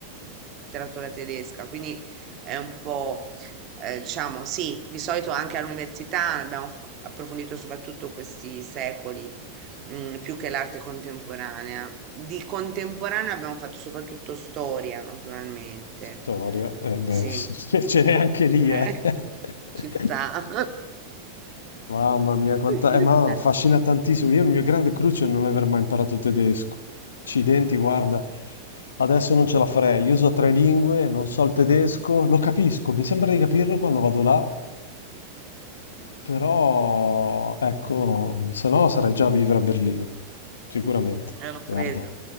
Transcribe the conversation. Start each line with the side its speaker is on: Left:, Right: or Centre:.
Right: letteratura tedesca, quindi è un po', eh, diciamo, sì, di solito anche all'università abbiamo f- approfondito soprattutto questi secoli, mm, più che l'arte contemporanea. Di contemporanea abbiamo fatto soprattutto storia, naturalmente.
Left: storia, eh beh,
Right: Sì,
Left: <laughs> ce n'è anche lì, eh.
Right: eh, <laughs>
Left: <laughs>
Right: ci sta.
Left: Mamma mia, quanta...
Right: <laughs>
Left: eh, ma affascina tantissimo. Io il mio grande cruccio è non aver mai imparato tedesco. Accidenti, guarda. Adesso non ce la farei. Io so tre lingue, non so il tedesco, lo capisco, mi sembra di capirlo quando vado là, però ecco, se no sarei già a vivere a Berlino, sicuramente.
Right: Eh, lo
Left: Guarda,
Right: credo.